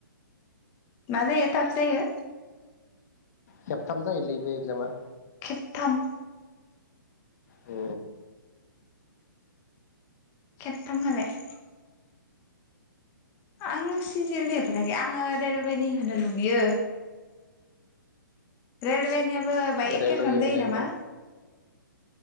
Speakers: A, on the left (about 25°); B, on the left (about 50°).
A: मा जायो थाफ जायो।
B: खेबथाम जायोलै बे एक्जामा।
A: खेबथाम।
B: अ।
A: खेबथाम खालाय? आं सिजेलनि होफेराखै आङो रेलवेनि होनो लुगैयो। रेलवेनियाबो बाय एखेफ्राम
B: रेलवे एप्लाइ
A: जायो नामा।